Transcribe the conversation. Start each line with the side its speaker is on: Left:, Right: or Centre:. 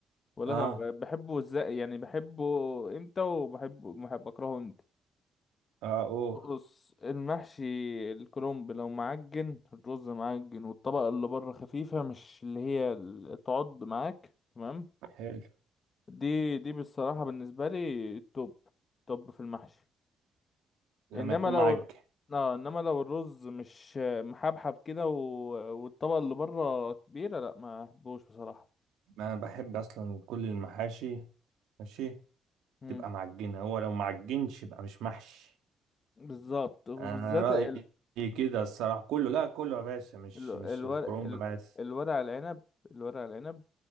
Left: بقول
Right: اه
Left: لك أنا بحبه ازاي يعني بحبه امتى وبحبه بحب اكرهه امتى
Right: اه اوه
Left: بص المحشي الكرنب لو معجن الرز معجن والطبقة اللي بره خفيفة مش اللي هي ال- تعض معاك تمام
Right: حلو
Left: دي دي بصراحة بالنسبة لي التوب توب في المحشي
Right: لما
Left: انما
Right: يكون
Left: لو
Right: معجن
Left: الر- اه انما لو الرز مش محبحب كده و... والطبقة اللي بره كبيرة لا ما احبوش بصراحة
Right: ما بحب اصلا كل المحاشي ماشي
Left: مم.
Right: تبقى معجنه هو لو معجنش يبقى مش محشي
Left: بالظبط وبالذات
Right: انا رأيي
Left: ال...
Right: كده الصراحة كله لا كله يا باشا مش
Left: ال...
Right: مش
Left: الورق
Right: الكرومب
Left: ال...
Right: بس
Left: الورق العنب الورق العنب